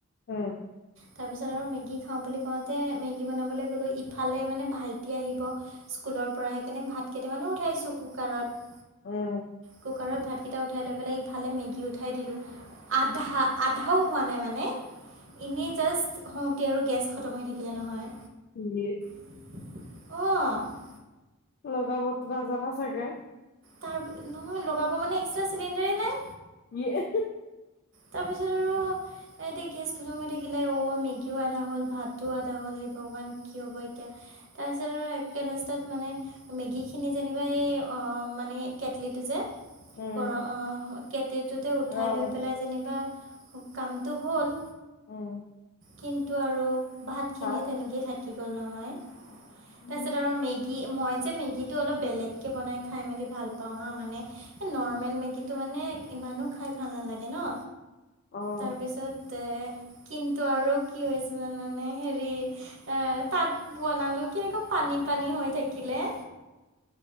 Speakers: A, on the left (about 45°); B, on the right (about 60°).
A: উম
B: তাৰপিছত আৰু মেগী খাওঁ বুলি কওঁতে মেগী বনাবলৈ গ'লোঁ ইফালে মানে ভাইটি আহিব স্কুলৰ পৰা সেইকাৰণে ভাত কেইটামানো উঠাইছোঁ কুকাৰত
A: উম
B: কুকাৰত ভাতকেইটা উঠাই লৈ পেলাই ইফালে মেগী উঠাই দিলোঁ আধা-আধাও হোৱা নাই মানে এনেই জাষ্ট হওঁতে আৰু গেছ খতম হৈ থাকিলে নহয়
A: ইয়ে
B: অ
A: লগাবতো নাজানা চাগে
B: তাৰ নহয় লগাব মানে এক্সট্ৰা চিলিণ্ডাৰেই নাই
A: এয়ে
B: তাৰপিছত আৰু এতিয়া গেছ খতম হৈ থাকিলে অ', মেগীও আধা হ'ল ভাতো আধা হ'ল সেই ভগৱান কি হ'ব এতিয়া। তাৰপিছত আৰু একে লাষ্টাত মানে মেগী খিনি যেনিবা এই অ', মানে কেটলিটো যে
A: উম,
B: ঘৰ অ', কেটটোতে উঠাই
A: অ',
B: লৈ পেলাই যেন বা কামটো হ'ল
A: উম।
B: কিন্তু আৰু ভাতখিনি
A: ভাত
B: তেনেকেই থাকি গ'ল নহয় তাৰপিছত
A: উম,
B: আৰু মেগী কি মই যে মেগীটো অলপ বেলেগকৈ বনাই খাই মেলি ভাল পাওঁ হা মানে এই নৰ্মেল মেগীটো মানে ইমানো খাই ভাল নালাগে ন।
A: অ',
B: তাৰপিছত তে কিন্তু আৰু কি হৈছে জানানে হেৰি এ তাত বনালো কেনেকুৱা পানী-পানী হৈ থাকে। কিলে